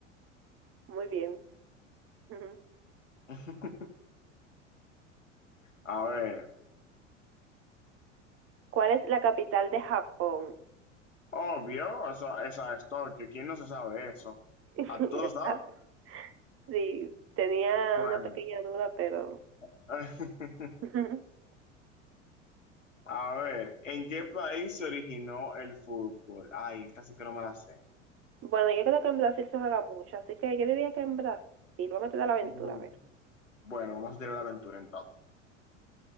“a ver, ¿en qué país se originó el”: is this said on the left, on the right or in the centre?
Left